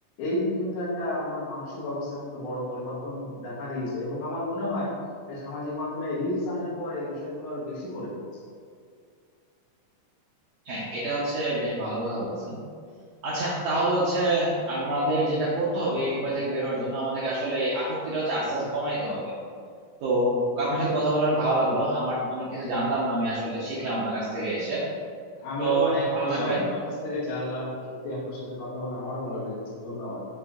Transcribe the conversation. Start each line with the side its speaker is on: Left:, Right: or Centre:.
Left: এই কিন্তু একটা আমার মানসিক অবস্থা কিন্তু বড় পরিবর্তন দেখা দিয়েছে এবং আমার মনে হয় এই সামাজিক মাধ্যমে রিলস আসার পরে এই বিষয়গুলো আরো বেশি করে হয়েছে
Right: হ্যাঁ এটা হচ্ছে বেশ ভালো কথা বলছেন আচ্ছা তাহলে হচ্ছে আমাদের যেটা করতে হবে এই উপায় থেকে বের হওয়ার জন্য আমাদেরকে আসলে এই আসক্তিটা হচ্ছে আস্তে আস্তে কমাই নিতে হবে তো আপনার সাথে কথা বলে অনেক ভালো লাগলো আমার অনেক কিছু জানতাম না আমি আসলে শিখলাম আপনার কাছ থেকে এসে
Left: আমিও
Right: তো
Left: অনেক
Right: ভালো
Left: বিষয়
Right: থাকবেন
Left: আপনার কাছ থেকে জানলাম সত্যি আপনার সাথে কথা বলে আমারও ভালো লেগেছে ধন্যবাদ